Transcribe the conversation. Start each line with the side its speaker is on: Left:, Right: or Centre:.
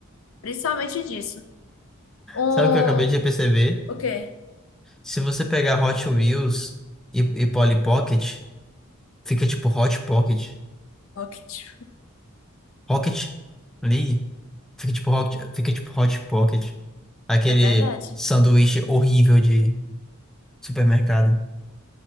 Left: principalmente disso. O,
Centre: Sabe o que eu acabei de perceber?
Left: o quê?
Centre: Se você pegar Hot Wheels e, e Polly Pocket, fica tipo Hot Pocket.
Left: Rocket.
Centre: Rocket League? Fica tipo Rocket, fica tipo Hot Pocket. Aquele
Left: É verdade.
Centre: sanduíche horrível de supermercado.